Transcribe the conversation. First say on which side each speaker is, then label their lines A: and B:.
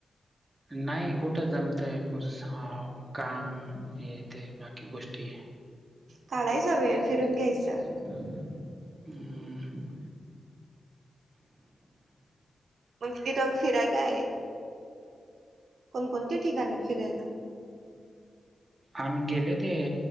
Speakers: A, on the right; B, on the right.
A: नाही कुठं जमतंय <unintelligible> काम, हे ते बाकी गोष्टी.
B: काढायचं वेळ फिरून घ्यायचं.
A: <unintelligible> अं. हम्म
B: मग तिथं फिराय काय आहे, कोणकोणते ठिकाण आहेत फिरायला? <inaudible>
A: आम्ही गेले होते